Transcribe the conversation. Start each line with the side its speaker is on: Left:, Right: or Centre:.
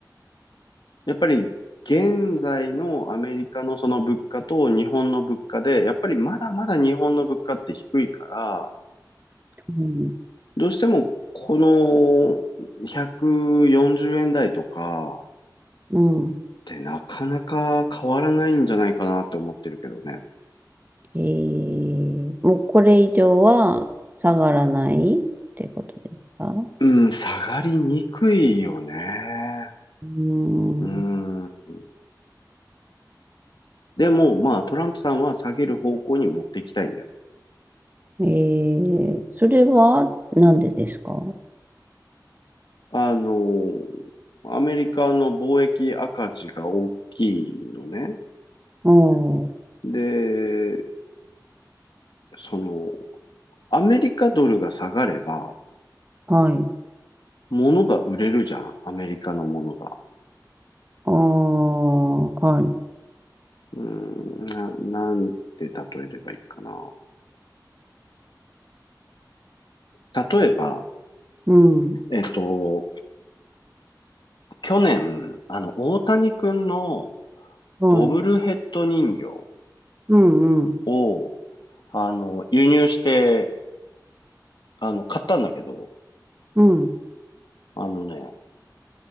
Left: やっぱり現在のアメリカのその物価と日本の物価で、やっぱりまだまだ日本の物価って低いから、
Right: ん、
Left: どうしてもこの140円台とか、
Right: うん。
Left: てなかなか変わらないんじゃないかなって思ってるけどね。
Right: えー、もうこれ以上は下がらないってことですか
Left: うん、下がりにくいよね。
Right: うーん。
Left: うん。でも、まあ、トランプさんは下げる方向に持っていきたいんだよ。
Right: えー、それはなんでですか
Left: あの、アメリカの貿易赤字が大きいのね。
Right: うん。
Left: で、その、アメリカドルが下がれば、
Right: はい。
Left: 物が売れるじゃん。アメリカのものが。
Right: ああ、はい。
Left: うーん、な、なんて例えればいいかな。例えば、
Right: うん。
Left: えっと、去年、あの、大谷くんの
Right: はい。
Left: ボブルヘッド人形
Right: うん、うん。
Left: を、あの、輸入して、あの、買ったんだけど、
Right: うん。
Left: あのね、